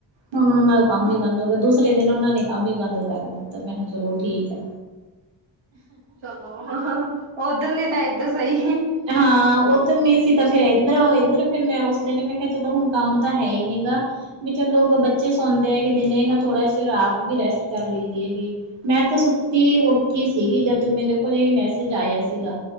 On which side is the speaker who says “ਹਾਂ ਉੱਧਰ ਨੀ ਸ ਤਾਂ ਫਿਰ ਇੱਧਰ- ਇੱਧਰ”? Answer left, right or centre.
Right